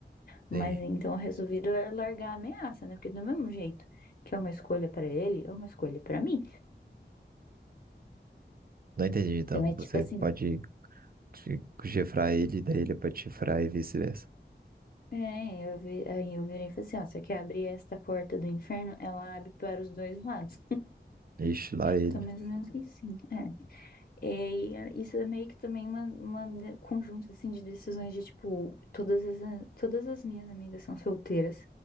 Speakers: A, on the left (about 50°); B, on the right (about 55°).
A: Mas
B: Sim.
A: então eu resolvi lar- largar a ameaça, né? Porque do mesmo jeito que é uma escolha pra ele, é uma escolha pra mim.
B: Não entendi, então
A: Então é
B: você
A: tipo assim.
B: pode chi- chifrar ele, daí ele pode chifrar e vice-versa.
A: É, eu vi, aí eu virei e falei assim, ó, você quer abrir esta porta do inferno? Ela abre para os dois lados.
B: Ixi, lá ele.
A: Então, mais ou menos assim, é. É, e é- isso é meio que também uma, uma de- conjunto assim de decisões de tipo, todas as, a- todas as minhas amigas são solteiras